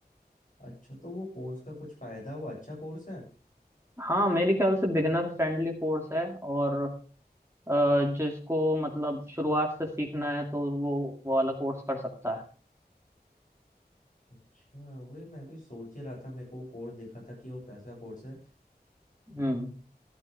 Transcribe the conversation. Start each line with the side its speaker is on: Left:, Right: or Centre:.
Left: अच्छा तो वो कोर्स का कुछ फायदा वो अच्छा कोर्स है
Right: हाँ मेरे ख्याल से बिगनर फ्रेंडली कोर्स है और अ, जिसको मतलब शुरुआत से सीखना है तो वो वो वाला कोर्स कर सकता है
Left: अच्छा वही मैं भी सोच ही रहा था मेरे को वो कोर्स देखा था कि वो कैसा कोर्स है
Right: हम्म